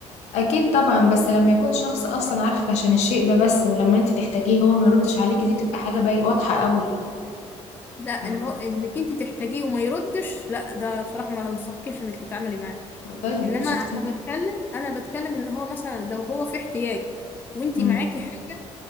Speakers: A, on the left; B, on the left.
A: اكيد طبعا بس لما يكون شخص اصلا عارفك عشان الشيء ده بس ولما انت تحتاجيه هو ما يردش عليكي دي تبقى حاجه باي واضحه قوي
B: لا إن
A: فاهمة؟
B: هو إنك أنت تحتاجيه وما يردش لا ده بصراحة ما أنصحكيش إنك تتعاملي معاه
A: طيب
B: إنما
A: شفتي
B: أنا بتكلم أنا بتكلم إن هو مثلا لو هو في احتياج وأنت
A: امم
B: معاكي حاجة